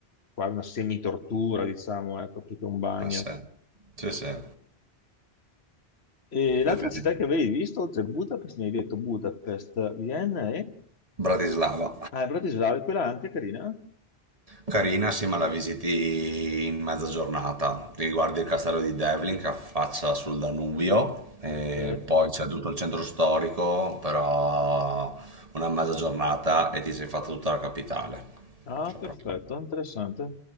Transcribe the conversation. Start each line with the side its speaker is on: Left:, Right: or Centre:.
Left: qua una semitortura, diciamo, ecco, più che un bagno.
Right: eh sì. Sì, sì.
Left: E l'altra
Right: Effettivamente.
Left: città che avevi visto, oltre a Budapest, mi hai detto Budapest, Vienna e...
Right: Bratislava,
Left: Ah, e Bratislava, è quella anche carina.
Right: carina, sì, ma la visiti in mezza giornata. Ti guardi il castello di Devlin che affaccia sul Danubio, e
Left: Ok.
Right: poi c'è tutto il centro storico, però una mezza giornata e ti sei fatta tutta la capitale.
Left: Ah,
Right: Cioè,
Left: perfetto,
Right: proprio
Left: interessante.